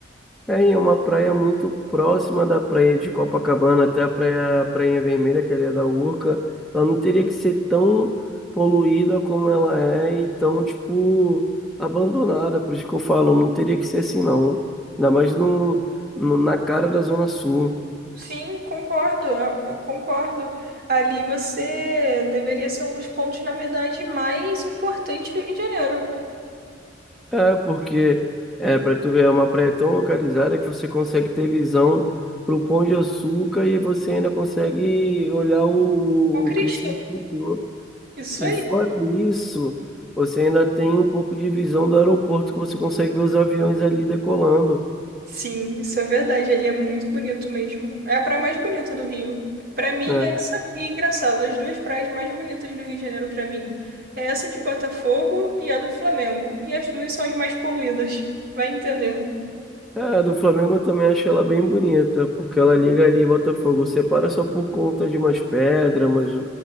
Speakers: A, in the centre; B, on the right.
A: É, e é uma praia muito próxima da praia de Copacabana até a praia, Prainha Vermelha, que ali é da Urca. Ela não teria que ser tão poluída como ela é e tão, tipo, abandonada. Por isso que eu falo, não teria que ser assim, não. Ainda mais no, no- na cara da Zona Sul.
B: Sim, concordo, eu- eu concordo. Ali você deveria ser um dos pontos, na verdade, mais importantes do Rio de Janeiro.
A: É, porque é, para tu ver, é uma praia tão localizada que você consegue ter visão pro Pão de Açúcar e você ainda consegue olhar o,
B: O Cristo.
A: o crescimento do Cristo Redentor.
B: Isso
A: E
B: aí.
A: fora isso, você ainda tem um pouco de visão do aeroporto que você consegue ver os aviões ali decolando,
B: Sim, isso é verdade. Ele é muito bonito mesmo. É a praia mais bonita do Rio. Pra mim,
A: né?
B: é essa e é engraçado, as duas praias mais bonitas do Rio de Janeiro pra mim é essa de Botafogo e a do Flamengo. E as duas são as mais poluídas. Vai entender.
A: É, a do Flamengo eu também achei ela bem bonita, porque ela liga ali Botafogo, separa só por conta de umas pedras, umas,